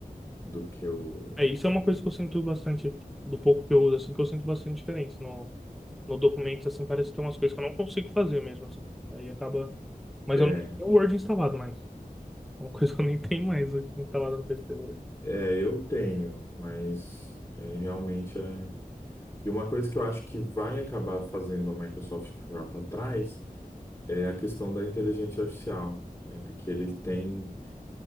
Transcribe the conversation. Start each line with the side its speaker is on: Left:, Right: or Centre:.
Left: do que o
Centre: É, isso é uma coisa que eu sinto bastante, do pouco que eu uso, assim, que eu sinto bastante diferença no, no documento, assim, parece que tem umas coisas que eu não consigo fazer mesmo, assim. Aí acaba. Mas
Left: é,
Centre: eu não tenho o Word instalado mais. É uma <laughs> coisa que eu nem tenho mais instalada no PC hoje
Left: É, eu tenho, mas é, realmente é. E uma coisa que eu acho que vai acabar fazendo a Microsoft ficar para trás é a questão da inteligência artificial, né? Porque eles têm,